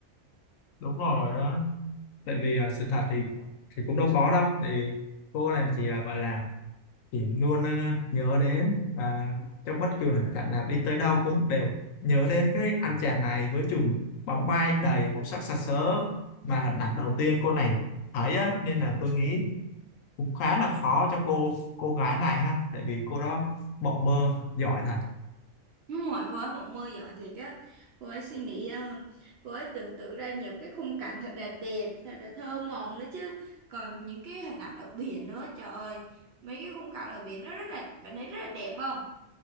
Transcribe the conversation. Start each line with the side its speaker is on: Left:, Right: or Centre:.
Left: đúng rồi đó tại vì ờ, sự thật thì thì cũng đâu có đâu thì cô này chỉ là gọi là chị luôn ờ, nhớ đến và trong bất cứ hoàn cảnh nào đi tới đâu cũng đều nhớ đến cái anh chàng này với chùm bóng bay đầy màu sắc sặc sỡ mà hình ảnh đầu tiên cô này thấy á nên là tôi nghĩ cũng khá là khó cho cô cô gái này ha tại vì cô đó mộng mơ giỏi thật
Right: Đúng rồi, cô ấy một mơ giỏi thiệt á. Cô ấy suy nghĩ ờ, cô ấy tưởng tượng ra nhiều cái khung cảnh thật là đẹp, thật là thơ mộng nữa chứ. Còn những cái hình ảnh ở biển nữa, trời ơi, mấy cái khung cảnh ở biển nó rất là bạn thấy rất là đẹp không?